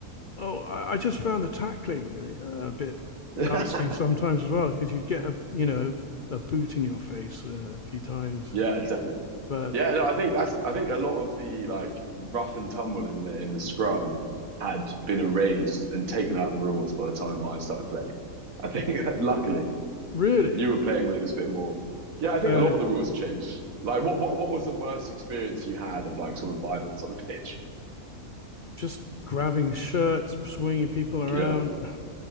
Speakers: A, on the left (about 60°); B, on the right (about 60°).
A: oh, I, just found the tackling uh, a, bit nasty
B: <laughs>
A: sometimes as well because you'd get a you know a boot in your face uh, a few times,
B: Yeah, definitely.
A: but
B: Yeah, no, I think that's I think a lot of the like rough and tumble in the in the scrum had been erased and taken out of the rules by the time I started playing. I think <laughs> luckily
A: really,
B: you were playing when it was a bit more. Yeah, I think
A: uh,
B: a lot of the rules have changed. Like what what what was the worst experience you had of like sort of violence on the pitch?
A: just grabbing shirts, swinging people around,
B: Yeah.